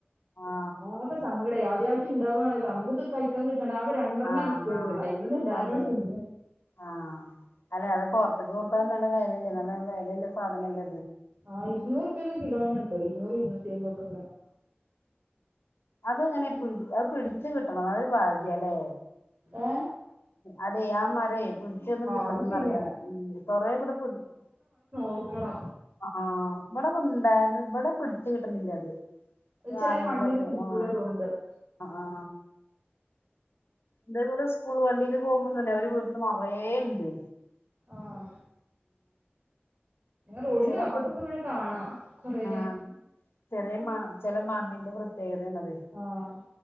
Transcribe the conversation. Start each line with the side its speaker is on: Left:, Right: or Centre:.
Left: ആ
Right: ആക്കെ സങ്കട ആദ്യട്ട് ഉണ്ടാവവാണല്ലോ നമുക്ക് കഴിക്കൻ കിട്ട ആ രെണ്ണ
Left: ആ
Right: കിട്ടിയത്
Left: ആ
Right: അയിമന്ന് എല്ലാരും
Left: അതെ
Right: കൂടി തിന്ന്
Left: ആഹ അല്ലെ അത് പറ ഇ കൊടുത്താലും നല്ല വിലല്ല നല്ല വിലലല്ല സാധനംല്ല
Right: ആ് ഇരുന്നൂറുപ ഒക്കെ കിലോന്ന ഉണ്ടോ ഇരുന്നൂറ് ഇരുന്നൂറ്റി അമ്പ ഒക്കെ ഇട
Left: അത്ങ്ങനെ പി അത് പിടിച്ചു കിട്ടണം എന്ന ഒരു ഭാഗ്യല്ലേ
Right: ഏ
Left: അതെ ആ മര പിടിച്ചൊന്ന് കിട്ടണംന്ന്റിയ
Right: അത് ശരിയാണ്
Left: ഉ കൊറേ ഇവിടെ പിടി
Right: ൂക്കണം
Left: ആഹ ഇവിടെണ്ട ഇവിടെ പിടിച്ചു കിട്ടണ്ടെങ്കിൽ അത് വാങ്ങിയാലൊക്കെ
Right: ചെല മണ്ണില് കുടിക്കൂടാ
Left: ആ
Right: തോന്നുന്നത്
Left: ആ ആ. ഇതേപോലെ സ്കൂൾ വണ്ടിയില് പോകുമ്പോന്നന്നെ അവര് വീട്ടന്ന് മറേുണ്ട്
Right: ആഹ റോഡിന്റെ
Left: ചില
Right: പക്കത്തൊക്കെ
Left: മണ്ണ്
Right: ഇങ്ങനെ കാണാ കുറയ
Left: ആ ചെറിയ മ ചെില മണ്ണിന്റെ പ്രത്യേകതയാണത്
Right: ആഹ്